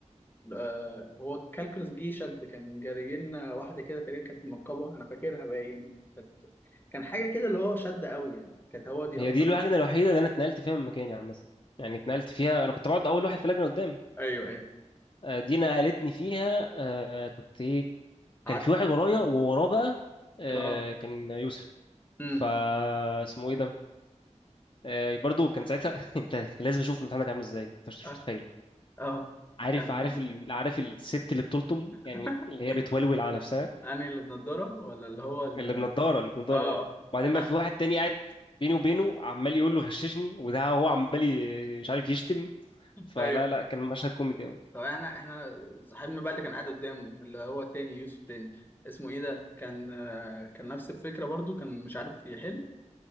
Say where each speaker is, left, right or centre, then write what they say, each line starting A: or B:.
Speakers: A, on the left; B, on the left.
A: آه، هو الكالكولس جه شد كان جاري لنا واحدة كده تقريبا كانت منقبة أنا فاكرها باين كانت- كان حاجة كده اللي هو شد قوي يعني كانت هو دي
B: هي
A: أكتر
B: دي اللجنه الوحيده اللي انا اتنقلت فيها من مكاني عامه يعني اتنقلت فيها انا كنت بقعد اول واحد في اللجنه قدام
A: أيوه أيوه
B: آه، دي نقلتني فيها آه، كنت ايه
A: قعدت
B: كان في واحد ورايا ووراه بقى آه،
A: اه
B: كان يوسف
A: امم
B: فا اسمه ايه ده آه، برضو كان ساعتها <laughs> انت كان لازم اشوف امتحانك عامل ازاي انت مش مش
A: اه
B: متخيل
A: اه
B: عارف
A: كان
B: عارف ال... عارف الست اللي بتلطم يعني
A: <laughs>
B: اللي هي بتولول على نفسها
A: أنهي اللي بنضارة ولا اللي هو ال
B: اللي بنضاره اللي بنضاره
A: اه
B: اه
A: اه
B: وبعدين
A: كان
B: بقى
A: <laughs>
B: في واحد تاني قاعد بيني وبينه عمال يقول له غششني وده هو عمال ي- مش عارف يشتم فلا
A: ايوه
B: لا كان مشهد كوميدي قوي
A: طب احنا احنا صاحبنا بقى اللي كان قاعد قدامه اللي هو التاني يوسف تاني اسمه ايه ده كان آه، كان نفس الفكره برضو كان مش عارف يحل